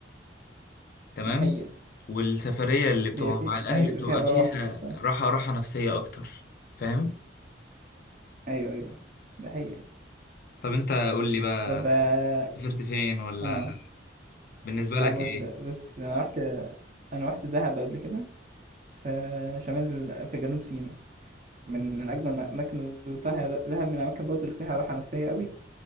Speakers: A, on the left (about 50°); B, on the right (about 40°).
A: تمام
B: دي حقيقه
A: والسفريه اللي بتبقى
B: دي فيها
A: مع الاهل
B: ايوه
A: بتبقى
B: فيها براح
A: فيها
B: صح
A: راحه راحه نفسيه اكتر فاهم
B: ايوه ايوه دي حقيقه
A: طب انت قول لي بقى
B: طب اه
A: سافرت فين ولا
B: آه،
A: بالنسبه
B: آه،
A: لك
B: بص
A: ايه
B: بص انا رحت انا رحت دهب قبل كده في شمال في جنوب سيناء من من اجمل الاماكن اللي زرتها هي ده- دهب من الاماكن برضه اللي فيها راحه نفسيه قوي